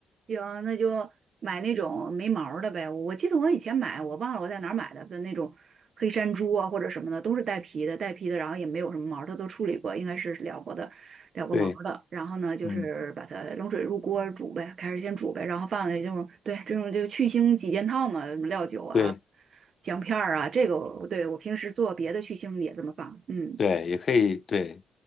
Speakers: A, on the right; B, on the left.
A: 行，那就买那种没毛儿的呗。我记得我以前买，我忘了我在哪儿买的，的那种黑山猪啊或者什么的，都是带皮的，带皮的，然后也没有什么毛儿，它都处理过，应该是燎过的，燎过毛儿的。
B: 对，
A: 然后呢，就是把它冷水入锅煮呗，
B: 嗯，
A: 开始先煮呗，然后放在这种对这种就去腥几件套嘛，什么料酒啊、
B: 对
A: 姜片儿啊，这个我对我平时做别的去腥也这么放，嗯。
B: 对，也可以对。